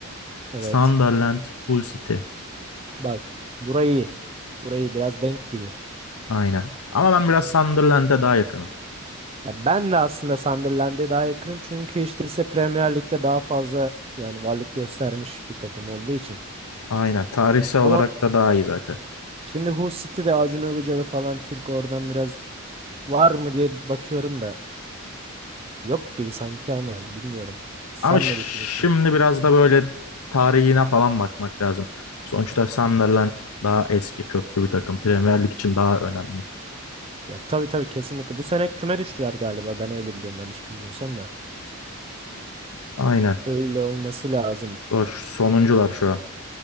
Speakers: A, on the right (about 25°); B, on the left (about 85°).
A: Evet.
B: Sunderland Hull City.
A: Bak burayı burayı biraz denk gibi.
B: Aynen. Ama ben biraz Sunderland'e daha yakınım.
A: Ya ben de aslında Sunderland'e daha yakınım çünkü işte ise Premier Lig'de daha fazla yani varlık göstermiş bir takım olduğu için.
B: Aynen. Tarihsel olarak
A: Ama
B: da daha iyi zaten.
A: şimdi Hull City'de Acun Ilıcalı falan Türk oradan biraz var mı diye bakıyorum da yok gibi sanki ama bilmiyorum. Sen
B: Ama ş-
A: ne düşünürsün?
B: şimdi biraz da böyle tarihine falan bakmak lazım. Sonuçta Sunderland daha eski köklü bir takım. Premier Lig için daha önemli.
A: Ya tabii tabii kesinlikle. Bu sene küme düştüler galiba. Ben öyle biliyorum yanlış bilmiyorsam da.
B: Aynen.
A: Öyle olması lazım.
B: Boş sonuncular şu an.